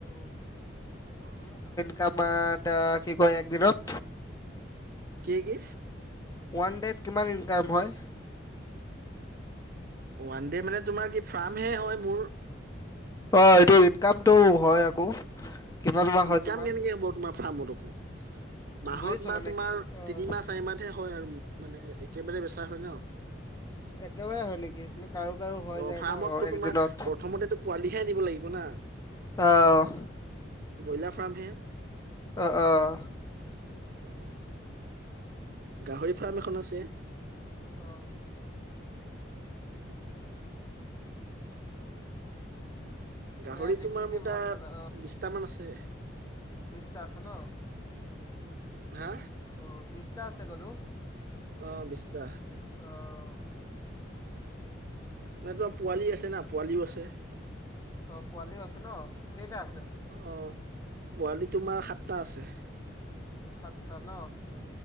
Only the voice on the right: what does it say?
অ,
কি কি।
ওৱান দে মানে, তোমাৰ কি ফাৰ্ম হে হয় মোৰ।
ইনকাম
কেনেকে হ'ব তোমাৰ ফাৰ্মত আকৌ। মাহত
বা
তোমাৰ
তিনিম চাৰি মাহহে হয় আৰু মানে একেবাৰে বেচা হয় ন।
অ
ফাৰ্মতটো
তোমাৰ প্ৰথমতেতো পোৱালিহে আনিব লাগিব না।
ব্ৰইলাৰ ফাৰ্ম হে।
উম, গাহৰি ফাৰ্ম এখন আছে।
গাহৰি
তোমাৰ
মোৰ তাত
বিশটামান আছে।
হা?
অ, বিশটা।
নাই তোমাৰ পোৱালি আছে না, পোৱালিও আছে।
অ, পোৱালি তোমাৰ সাতটা আছে।